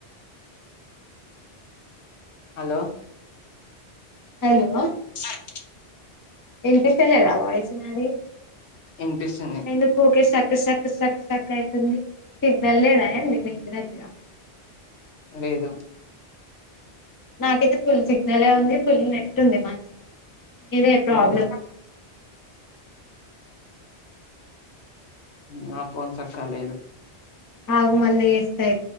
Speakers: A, on the left; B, on the left.
A: హలో
B: హలో
A: ఉన్నాలే
B: ఇనిపిస్తలేదా వాయిస్ నాది
A: వినిపిస్తుంది
B: ఎందుకు ఊకె స్టక్ స్టక్ స్టక్ స్టక్ అయితుంది సిగ్నల్ లేదా ఏంది మీ ఇంటి దగ్గర
A: లేదు
B: నాకైతే ఫుల్ సిగ్నల్ ఉంది ఫుల్ నెట్ ఉంది మం ఇదే ప్రాబ్లమ్
A: అవును మా ఫోన్ సక్కగా లేదు
B: ఆగు మళ్ళీ ఏస్తాయి